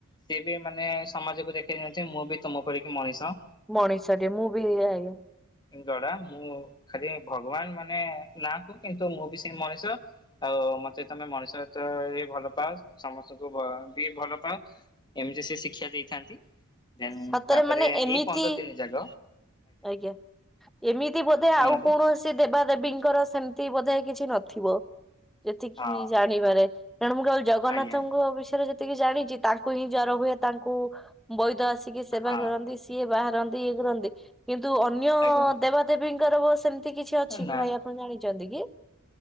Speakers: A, on the left; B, in the centre.
A: ସିଏ ବି ମାନେ ସମାଜକୁ ଦେଖେଇଦିଅନ୍ତି ମୁଁ ବି ତୁମ ପରିକି ମଣିଷ।
B: ମଣିଷଟି ମୁଁ ବି ଆଜ୍ଞା ଆଜ୍ଞା।
A: ଗଢ଼ା ମୁଁ ଖାଲି ଭଗବାନ ମାନେ ନା କୁ କିନ୍ତୁ ମୁଁ ବି ସେ ମଣିଷ, ଆଉ ତ ମତେ ତମେ ମଣିଷତ ବି ଭଲ ପାଅ ସମସ୍ତଙ୍କୁ ବି ଭଲ ପାଅ। ଏମିତି ସେ ଶିକ୍ଷା ଦେଇଥାନ୍ତି, ଦେନ
B: ସତରେ
A: ତାପରେ
B: ମାନେ ଏମିତି
A: ଏଇ ପନ୍ଦର ଦିନ ଯାକ
B: ଆଜ୍ଞା ଏମିତି ବୋଧେ
A: କହୁନାହାନ୍ତି।
B: ଆଉ କୌଣସି ଦେବାଦେବୀଙ୍କ ଙ୍କର ସେମିତି ବୋଧେ କିଛି ନଥିବ ଯେତିକି
A: ହଁ
B: ଜାଣିବାରେ। ତେଣୁ ମୁଁ କେବଳ ଜଗନ୍ନାଥଙ୍କ
A: ଆଜ୍ଞା
B: ବିଷୟରେ ଯେତିକି ଜାଣିଛି ତାଙ୍କୁ ହିଁ ଜର ହୁଏ, ତାଙ୍କୁ ବୈଦ ଆସି ସିକି ସେବା
A: ହଁ
B: କରନ୍ତି ସିଏ ବାହାରନ୍ତି ଇଏ କରନ୍ତି କିନ୍ତୁ ଅନ୍ୟ
A: ଆଜ୍ଞା
B: ଦେବାଦେବୀଙ୍କର ସେମିତି ସେମିତି କିଛି ଅଛି
A: ନା
B: କି ଭାଇ ଆପଣ ଜାଣିଛନ୍ତି କି?